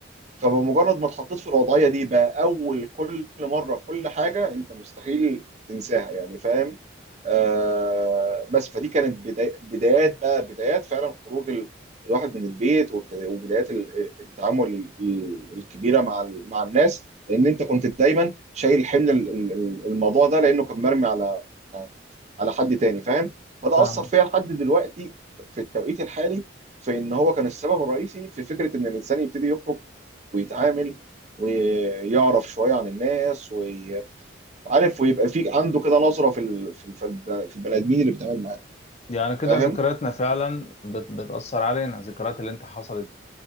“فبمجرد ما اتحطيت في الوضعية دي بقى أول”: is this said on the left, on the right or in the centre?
Right